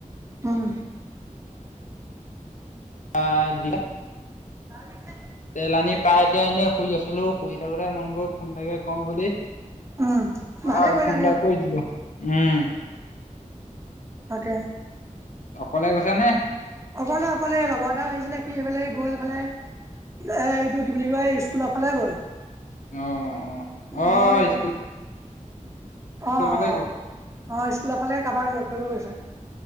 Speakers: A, on the right (about 20°); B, on the left (about 70°).
A: উম।
B: আ, দিলে
A: অ।
B: তেল আনি পাই এতিয়া এনেই শুই আছিলো। শুই থাকোতে মন গ'ল ফ'ন এটাকে কওঁ বুলি।
A: উম ভালে
B: আৰু
A: কৰিলা
B: ফ'নডাল
A: দিয়া
B: কৰি দিলো। উম।
A: তাকে
B: অকলে গৈছে নে?
A: অকলে অকলে। লগৰ এটা আহিছিলে সি সেইফালে গ'লফালে। এ এইটো কি বুলি কয়, এই স্কুলৰ ফালে গ'ল।
B: অ। অ অ
A: মই ইয়াতে
B: স্কুল
A: অ, অ, অ
B: গলে গল
A: স্কুলৰ ফালে কাৰোবাক লগ কৰিব গৈছে।